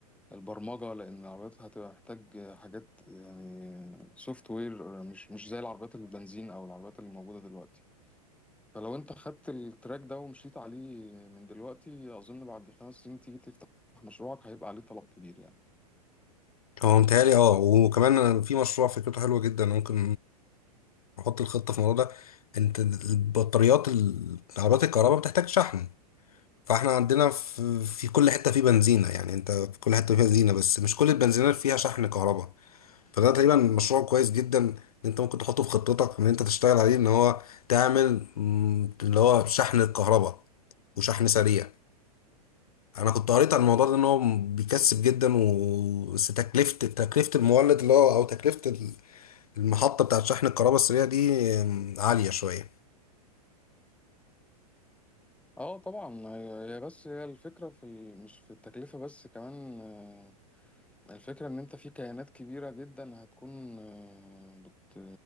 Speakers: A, in the centre; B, on the left (about 65°).
A: البرمجة لأن العربيات هتبقى محتاج حاجات يعني سوفت وير مش مش زي العربيات البنزين أو العربيات اللي موجودة دلوقتي فلو أنت خدت التراك ده ومشيت عليه من دلوقتي أظن بعد خمس سنين تيجي تفتح مشروعك هيبقى عليه طلب كبير يعني
B: هو متهيألي اه وكمان أنا في مشروع فكرته حلوه جدا ممكن نحط الخطه في الموضوع ده انت البطاريات ال- عربيات الكهرباء بتحتاج شحن فاحنا عندنا في, في كل حته في بنزينه يعني انت في كل حته فيها بنزينه بس مش كل البنزينات فيها شحن كهرباء فده تقريبا مشروع كويس جدا ان انت ممكن تحطه في خطتك ان انت تشتغل عليه ان هو تعمل مم، اللي هو شحن الكهرباء وشحن سريع انا كنت قريت عن الموضوع ده ان هو بيكسب جدا و بس تكلفه تكلفه المولد اللي هو او تكلفه ال- المحطه بتاعت شحن الكهرباء السريع دي مم، عاليه شويه
A: اه طبعا هي هي بس هي الفكرة في ال... مش في التكلفة بس كمان آه، الفكرة ان انت في كيانات كبيرة جدا هتكون آه، بت...